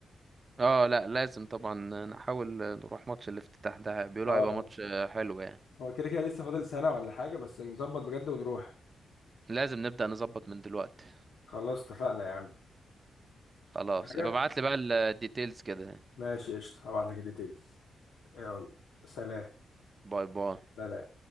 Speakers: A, on the right (about 40°); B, on the left (about 85°).
A: اه لا لازم طبعا نحاول نروح ماتش الافتتاح ده بيقولوا
B: اه
A: هيبقى
B: آه.
A: ماتش حلو يعني
B: هو كده كده لسه فاضل سنه ولا حاجه بس نظبط بجد ونروح
A: لازم نبدأ نظبط من دلوقتي
B: خلاص اتفقنا يا
A: خلاص ابقى
B: عم
A: ابعت لي بقى الديتيلز كده يعني.
B: ماشي قشطة هبعت لك الديتيلز يلا سلام
A: باي باي
B: سلام